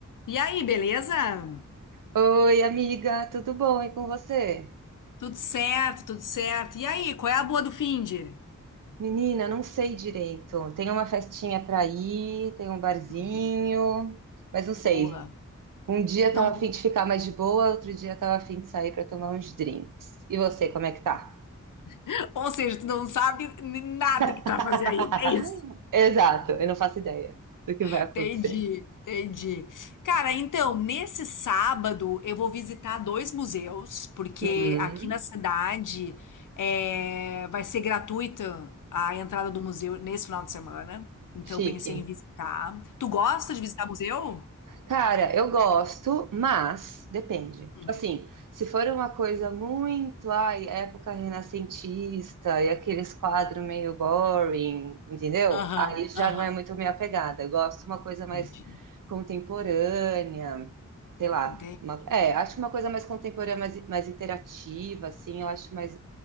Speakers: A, on the left; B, on the right.
A: E aí, beleza?
B: Oi, amiga, tudo bom? E com você?
A: Tudo certo, tudo certo. E aí, qual é a boa do finde?
B: Menina, não sei direito. Tem uma festinha para ir, tem um barzinho,
A: Uhum,
B: mas não sei.
A: Boa.
B: Um dia
A: Não,
B: tava a fim de ficar mais de boa, outro dia tava a fim de sair para tomar uns drinks. E você, como é que tá?
A: <laughs> ou seja, tu não sabe n- nada que
B: <laughs>
A: tu vai fazer aí. É isso.
B: Exato, eu não faço ideia do que vai acontecer.
A: Entendi, entendi. Cara, então, nesse sábado eu vou visitar dois museus, porque
B: Hum,
A: aqui na cidade é, vai ser gratuita a entrada do museu nesse final de semana. Então,
B: chique.
A: eu pensei em visitar. Tu gosta de visitar museu?
B: Cara, eu gosto, mas depende.
A: Hum,
B: Tipo Assim, se for uma coisa muito, ai, época renascentista e aqueles quadros meio boring, entendeu?
A: Aham,
B: Aí já
A: aham.
B: não é muito minha pegada. Eu gosto de uma coisa mais
A: Entendi,
B: contemporânea, sei lá.
A: Entendi.
B: uma- é, acho uma coisa mais contemporânea, mais, mais interativa, assim, eu acho mais,